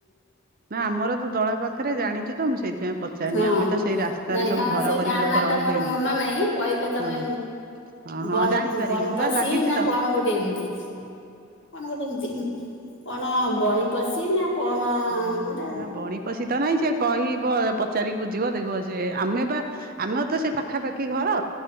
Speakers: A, on the right; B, on the left.
A: ନା ଆମର ତ ଦଳା ପାଖରେ ଜାଣିଚୁ ତ ମୁଁ ସେଇଥିପାଇଁ ପଚାରନି
B: ହଁ
A: ଆମେ ତ ସେଇ ରାସ୍ତାରେ
B: ନାଇଁ
A: ସବୁ
B: ହଁ
A: ଘର
B: ସେ
A: କରିକି
B: ଗାଁ
A: ଲୋକ
B: ନା
A: ରହିଲେଣି
B: ଟା ମୋର ମନେ ନାହିଁ କହିଲେ ତମେ
A: ହଁ ହଁ ହଁ
B: ବଣି
A: ଜାଣିପାରିବି
B: ବଣିପଶୀ
A: ବା ଲାଗିଛି
B: ନା
A: ତ
B: କଣ ଗୋଟେ ଏମିତି? କଣ ଗୋଟେ ଏମତି, କଣ ବଣି ପଶି ନା କଣ
A: ଓହୋ
B: ଗୋଟେ
A: ନା ବଣୀ ପଶି ତ ନାହିଁ ସେ କହିବ ପଚାରିକି ବୁଝିବ ଦେଖିବ ସେ ଆମେ ବା ଆମର ତ ସେ ପାଖାପାଖି ଘର